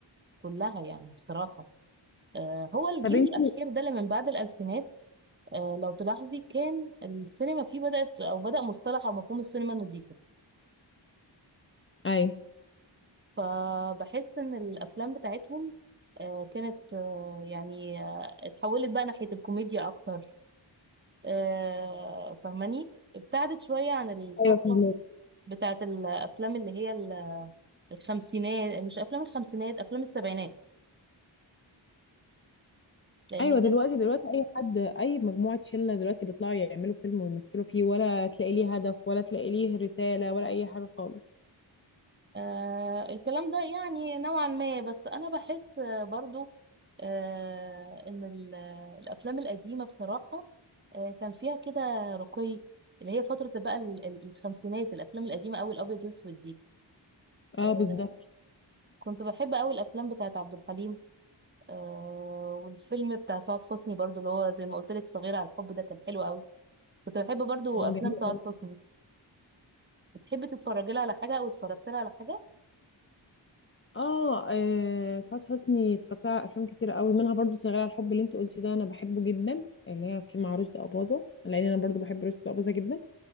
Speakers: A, on the right; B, on the left.
A: كلها يعني بصراحه آه هو الجيل
B: طب انت
A: الاخير ده اللي من بعد الالفينات آه لو تلاحظي كان السينما فيه بدات او بدا مصطلح او مفهوم السينما النظيفه
B: ايوه
A: فبحس ان الافلام بتاعتهم آه كانت آه يعني آه اتحولت بقى ناحيه الكوميديا اكتر آه فاهماني ابتعدت شويه عن الفتره
B: ايوه
A: بتاعت الافلام اللي هي الخمسينات مش افلام الخمسينات افلام السبعينات لان
B: ايوه
A: ده
B: دلوقتي دلوقتي اي حد اي مجموعه شله دلوقتي بيطلعوا يعملوا فيلم ويمثلوا فيه ولا تلاقي ليه هدف ولا تلاقي ليه رساله ولا اي حاجه خالص
A: آه الكلام ده يعني نوعا ما بس انا بحس آه، برضو آه ان ال- الافلام القديمه بصراحه آه كان فيها كده رقي اللي هي فتره بقى ال- ال- الخمسينات الافلام القديمه قوي الابيض والاسود دي
B: اه
A: آه
B: بالظبط
A: كنت بحب قوي الافلام بتاعت عبد الحليم آه والفيلم بتاع سعاد حسني برضو اللي هو زي ما قلت لك صغيره على الحب ده كان حلو قوي كنت بحب برضو
B: اه
A: افلام
B: جميل
A: سعاد
B: قوي
A: حسني بتحبي تتفرجي لها على حاجه او اتفرجت لها على حاجه
B: اه آه، سعاد حسني اتفرجت على افلام كتير قوي منها برضو شغاله على الحب اللي انت قلتي ده انا بحبه جدا اللي هي في مع رشدي اباظه لان انا برضو بحب رشدي اباظه جدا